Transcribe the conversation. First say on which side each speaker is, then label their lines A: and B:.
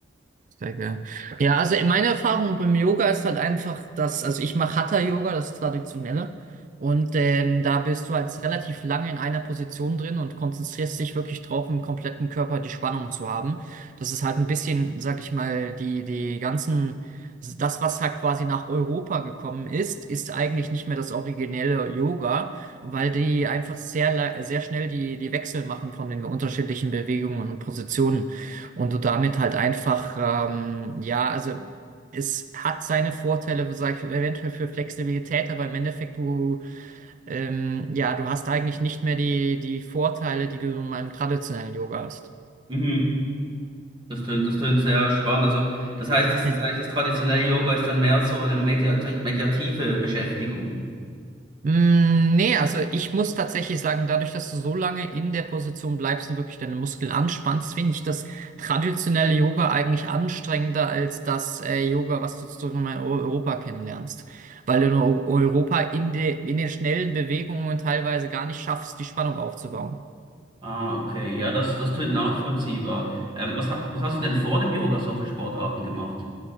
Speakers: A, on the right; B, on the right.
A: Sehr geil. Ja, also meine Erfahrung beim Yoga ist halt einfach, dass, also ich mache Hatha-Yoga, das Traditionelle. Und ähm, da bist du halt relativ lange in einer Position drin und konzentrierst dich wirklich drauf, im kompletten Körper die Spannung zu haben. Das ist halt ein bisschen, sag ich mal, die, die ganzen, das, was halt quasi nach Europa gekommen ist, ist eigentlich nicht mehr das originelle Yoga, weil die einfach sehr, la- sehr schnell die, die Wechsel machen von den unterschiedlichen Bewegungen und Positionen. Und du damit halt einfach, ähm, ja, also es hat seine Vorteile, sag ich, eventuell für Flexibilität, aber im Endeffekt du, ähm, ja, du hast eigentlich nicht mehr die, die Vorteile, die du in meinem traditionellen Yoga hast.
B: Mhm. Das tönt, das tönt sehr spannend. Also, das heißt, das
A: Ja.
B: ist eigentlich das traditionelle Yoga ist dann mehr so eine meditat- meditative Beschäftigung.
A: Mm, Nee, also ich muss tatsächlich sagen, dadurch, dass du so lange in der Position bleibst und wirklich deine Muskeln anspannst, finde ich das traditionelle Yoga eigentlich anstrengender als das äh, Yoga, was du sozusagen in Eu- Europa kennenlernst. Weil du in Eu- Europa in, de, in den schnellen Bewegungen teilweise gar nicht schaffst, die Spannung aufzubauen.
B: Ah, okay. Ja, das, das tönt nachvollziehbar.
A: Ja.
B: Ähm, was, ha- was hast du denn vor dem Yoga so für Sportarten gemacht?